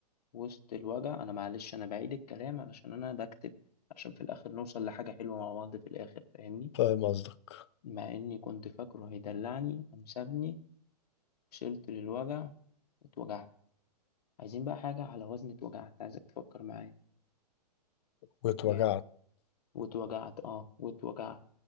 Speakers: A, on the left; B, on the left.
A: وسط الوجع أنا معلش أنا بعيد الكلام علشان أنا بكتب عشان في الآخر نوصل لحاجة حلوة مع بعض في الآخر فاهمني
B: فاهم قصدك
A: مع إني كنت فاكره هيدلعني قام سابني وصلت للوجع واتوجعت عايزين بقى حاجة على وزن اتوجعت عايزك تفكر معايا
B: واتوجعت
A: جامد واتوجعت اه واتوجعت